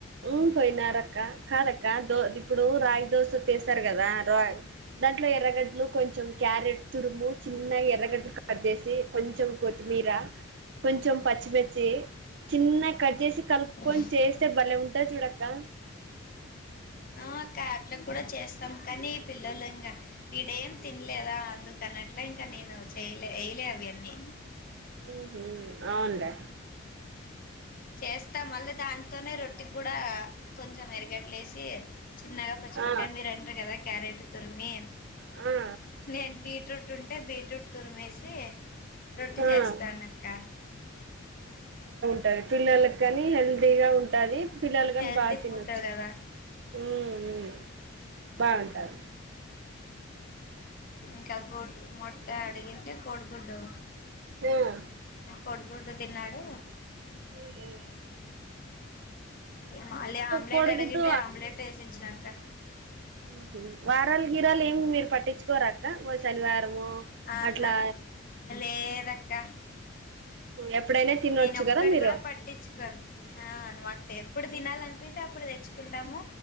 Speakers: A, on the right; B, on the left.
A: మ్ పోయినారు అక్క కాదక్క దో ఇప్పుడు రాగి దోశ వ తీసారు కదా రాగి దాంట్లో ఎర్రగడ్లు కొంచెం క్యారెట్ తురుము చిన్నగా ఎర్రగడ్లు కట్ చేసి కొంచెం కొత్తిమీర కొంచం పచ్చి మిర్చి చిన్నగా కట్ చేసి కలుపుకొని
B: ఆ
A: చేస్తే భలే ఉంటది చూడ అక్కా
B: అ అక్క అట్లా కూడా చేస్తాం కానీ పిల్లలు ఇంకా వీడేం తినలేదా అందుకని అట్లా ఇంకా నేను చెయలే వేయలే అవన్నీ
A: హ్మ్మ్ అవునులే
B: చేస్తా మళ్ళీ దాంతోనే రొట్టి కూడా కొంచెం ఎర్రగేడ్ల ఏసీ చిన్నగా పచ్చి మిరపకాయ
A: ఆ
B: మీరు అంటారు కదా క్యారెట్ తురిమి
A: ఆ
B: నేను బీ బీట్రూట్ ఉంటే బీట్రూట్ తురిమేసి రొట్టి
A: ఆ ఆ
B: చేస్తానక్క
A: ఉంటది పిల్లలకి కాని హెల్దీగా ఉంటా ది పిల్లలకని
B: హెల్దీ
A: బాగా తినొచ్చు
B: ఫుడ్ కదా
A: మ్మ్ బాగుంటాది
B: ఇంకా గుడ్ మొట్ట అడిగింటే కొడిగుడ్డు
A: ఆ
B: కొడిగుడ్ డు తిన్నాడు
A: ఉహు
B: మళ్ళీ ఆమ్లెట్
A: కోడిగుడ్డు
B: అడిగింటే ఆమ్లెట్ వేసి ఇచ్చిన అక్కా
A: మ్మ్ వారాలు గిరాలు ఏమి మీరు పట్టించుకోరాక్క శనివార రాము
B: ఆహా
A: అట్లా
B: లేదక్క
A: ఎప్పుడైనా తినొచ్చు
B: నేను ఒక్కటి
A: కదా మీరు
B: కూడా పట్టించుకోను ఎప్పుడు తినాలనిపితే అప్పుడు తెచ్చుకుంటాము